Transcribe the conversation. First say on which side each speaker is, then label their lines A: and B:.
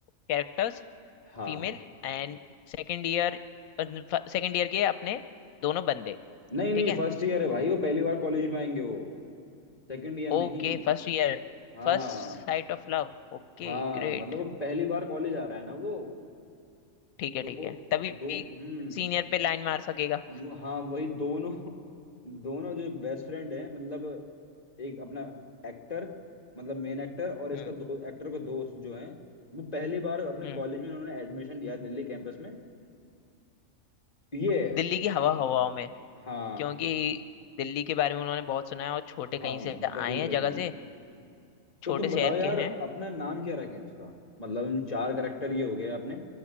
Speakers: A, on the left; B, on the left.
A: characters
B: हाँ
A: female and second year second year के अपने दोनों बंदे
B: नहीं नहीं
A: ठीक है
B: फर्स्ट ईयर है भाई वो पहली बार कॉलेज में आएंगे वो सेकंड ईयर नहीं
A: Okay first year
B: हाँ
A: First sight of love Okay
B: हाँ
A: great
B: मतलब वो पहली बार कॉलेज आ रहा है ना वो
A: ठीक है
B: तो
A: ठीक
B: वो
A: है तभी
B: दो हम्म
A: सीनियर पे लाइन मार सकेगा
B: वो हाँ वही दोनों <laughs> दोनों जो बेस्ट फ्रेंड है मतलब एक अपना एक्टर मतलब मेन एक्टर और इसका
A: हम्म
B: दो एक्टर का दोस्त जो है वो पहली बार अपने
A: हम्म
B: कॉलेज में उन्होंने एडमिशन लिया है दिल्ली कैंपस में तो ये
A: दिल्ली की हवा हवाओं में
B: हाँ
A: क्योंकि दिल्ली के बारे में उन्होंने बहुत सुना है और छोटे
B: हाँ
A: कहीं से
B: वही
A: आए
B: वही
A: हैं जगह से छोटे
B: तो तुम
A: शहर
B: बताओ यार
A: के
B: अपना
A: हैं
B: नाम क्या रखें उसका मतलब इन चार करेक्टर ये हो गए अपने